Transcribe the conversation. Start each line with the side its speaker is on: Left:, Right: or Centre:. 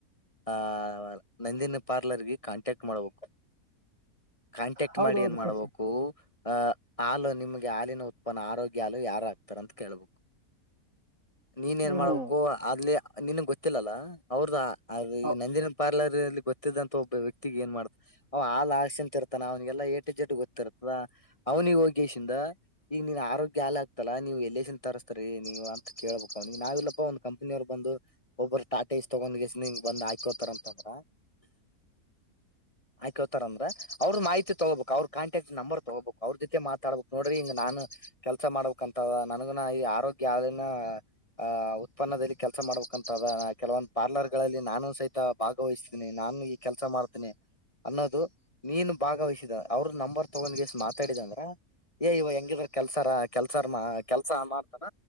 Left: ಆ ನಂದಿನ ಪಾರ್ಲರ್ಗೆ ಕಾಂಟ್ಯಾಕ್ಟ್ ಮಾಡ್ಬೇಕು. ಕಾಂಟ್ಯಾಕ್ಟ್
Right: ಹೌದೌದು
Left: ಮಾಡಿ ಏನ್
Right: ಪರಿಚಯ
Left: ಮಾಡ್ಬೇಕು. ಅಹ ಹಾಲು ನಿಮ್ಗೆ ಹಾಲಿನ ಉತ್ಪನ್ನ ಆರೋಗ್ಯ ಹಾಲು ಯಾರಾಗ್ತಾರ ಅಂತ ಕೇಳ್ಬೇಕು. ನೀನ್
Right: ಹ್ಞೂ
Left: ಏನ್ ಮಾಡ್ಬೇಕು
Right: ಹ್ಞೂ
Left: ಅಲ್ಲಿ ನಿನ್ಗ್ ಗೊತ್ತಿಲ್ಲಲ್ಲ ಅವ್ರದ ಅಲ್ಲಿ
Right: ಹೌ-
Left: ನಂದಿನಿ ಪಾರ್ಲರ್. <unintelligible> ಗೊತ್ತಿದ್ದಂತ ಒಬ್ಬ ವ್ಯಕ್ತಿಗೆ ಎನ್ ಮಾಡತ ಅವ ಹಾಲ್ ಹಾಕಿಸ್ಕೊಂತಿರ್ತಾರಾ ಅವನ್ಗೆಲ್ಲ ಎ ಟು ಝೆಡ್ ಗೊತ್ತಿರ್ತದ. ಅವನಿಗ್ ಹೋಗಿ ಶಿಂದ ಈಗ ನೀನ್ ಆರೋಗ್ಯ ಹಾಲ್ ಆಗ್ತಲ್ಲಾ ನೀವು ಎಲ್ಲಸಿಂದ್ ತರ್ಸ್ತರಿ ನೀವ ಅಂತ ಕೇಳ <unintelligible> ಹ ನಾವಿಲ್ಲಪ್ಪ ಒಂದ್ ಕಂಪನಿ ಅವ್ರ್ ಬಂದು ಒಬ್ಬರು ಟಾ ಟ ಎಸ್ ತಗೊಂಡ ಬಂದ್ ಹಾಕ್ ಹೋಯ್ತರಂತಂದ್ರ.
Right: ಆ
Left: ಹಾಕ್ ಹೊಯ್ತರಂದ್ರೆ ಅವ್ರ ಮಾಹಿತಿ ತಗೋಬೇಕು ಅವ್ರ ಕಾಂಟಕ್ಟ್ ನಂಬರ್ ತಗೋಬೇಕು ಅವ್ರ್ ಜೊತೆ ಮಾತಾಡ್ಬೇಕ್ ನೋಡ್ರಿ ಹಿಂಗ್ ನಾನು. ಕೆಲ್ಸ ಮಾಡ್ಬೇಕಂತದ ನನ್ಗೊನು ಈ ಆರೋಗ್ಯ ಅನ್ನ ಆಹ ಉತ್ಪನ್ನದಲ್ಲಿ ಕೆಲಸ ಮಾಡ್ಬೇಕಂತ ಅದ ಕೆಲವೊಂದ್ ಪಾರ್ಲರ್ಗಳಲ್ಲಿ. ನಾನು ಸಹಿತ ಭಾಗವಹಿಸತೀನಿ ನಾನು ಈ ಕೆಲ್ಸ ಮಾಡ್ತೀನಿ. ಅನ್ನೋದು ನೀನು ಭಾಗವಹಿಸಿದ ಅವ್ರ ನಂಬರ್ ತಗೊಂಡ್ಗೆಷ್ಟ್ ಮಾತಾಡಿದೆಂದ್ರ. ಏ ಇವ ಹೆಂಗಿದ್ರ ಕೆಲ್ಸಾರ ಕೆಲ್ಸಾರ್ ಕೆಲ್ಸ ಮಾಡ್ತಾನ.